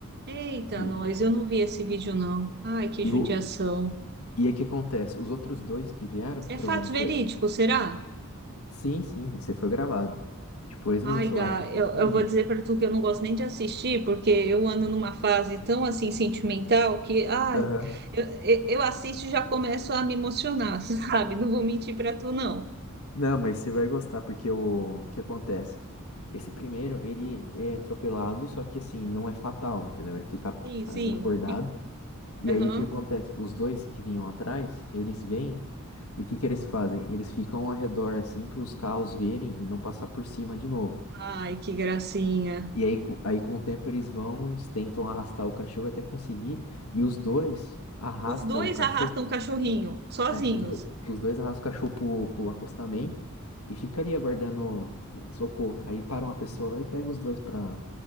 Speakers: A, on the right (about 50°); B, on the left (about 85°).
A: Eita,
B: E,
A: nós, eu não vi esse vídeo, não. Ai, que
B: e,
A: judiação.
B: o, e aí o que acontece? Os outros dois que vieram, que
A: É
B: provavelmente
A: fato verídico,
B: é.
A: será?
B: Sim, sim, você foi gravado. Depois
A: Ai,
B: eu vou ver se
A: Gá,
B: eu acho aqui
A: eu,
B: e te
A: eu
B: mando.
A: vou dizer pra tu que eu não gosto nem de assistir, porque eu ando numa fase tão, assim, sentimental que, ai,
B: Aham.
A: eu, eu eu assisto e já começo a me emocionar, <laughs> sabe? Não vou mentir pra tu, não.
B: Não, mas você vai gostar, porque o, o que acontece? Esse primeiro, ele é atropelado, só que assim, não é fatal, entendeu? Ele fica
A: Sim, sim.
B: ah, desacordado.
A: Fico-
B: E
A: Aham.
B: aí o que acontece? Os dois que vinham atrás, eles vêm e o que que eles fazem? Eles ficam ao redor assim para os carros verem e não passar por cima de novo.
A: Ai, que gracinha.
B: E aí, co- aí com o tempo eles vão, eles tentam arrastar o cachorro até conseguir e os dois arrastam
A: Os dois
B: o cachorro.
A: arrastam o cachorrinho, sozinhos.
B: É, os, do- os dois arrastam o cachorro pro, pro acostamento e fica ali aguardando é, socorro. Aí para uma pessoa lá e pega os dois para